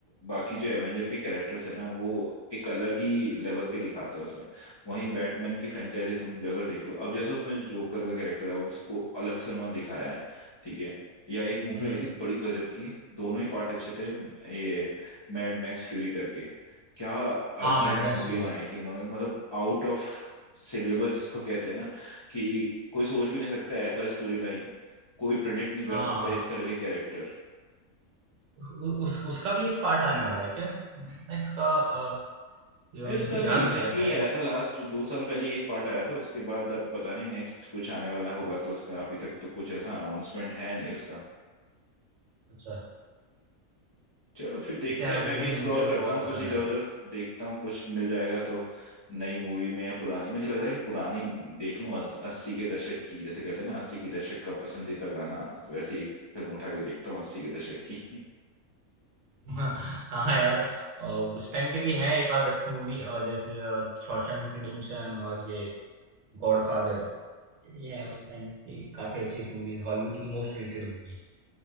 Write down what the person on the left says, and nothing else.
बाकी जो एवेंजर के कैरेक्टर्स है ना वो एक अलग ही लेवल के दिखाते हैं उसमें वहीं बैटमैन की फ्रेंचाइजी तुम जो अगर देख लो अब जैसे उसमें जो जोकर का कैरेक्टर है उसको अलग से उन्होंने दिखाया है ठीक है या एक मूवी
आई थी बड़ी गजब की दोनों ही पार्ट अच्छे थे ये मैड मैक्स फ्यूरी करके क्या
अल्टीमेट
मूवी
बनाई थी उन्होंने मतलब आउट ऑफ सिलेबस जिसको कहते हैं ना कि कोई सोच भी नहीं सकता ऐसा स्टोरी लाइन कोई प्रिडिक्ट नहीं कर
सकता इस तरह के कैरेक्टर
नहीं उसका
अभी
रिसेंटली
आया था लास्ट दो साल पहले ही एक पार्ट आया था उसके बाद अब पता नहीं नेक्स्ट कुछ आने वाला होगा तो उसका अभी तक तो कुछ ऐसा अनाउंसमेंट है नहीं उसका
चलो फिर देखते
हैं मैं
भी
स्क्रॉल करता
हूँ
कुछ इधर
उधर
देखता हूँ कुछ मिल जाएगा तो नई मूवी में या पुरानी मुझे लग रहा है कि पुरानी देख लूँ अस्सी के दशक की जैसे कहते हैं ना अस्सी के दशक का पसंदीदा गाना तो वैसे ही एक फिल्म उठा के देखता हूँ अस्सी के दशक की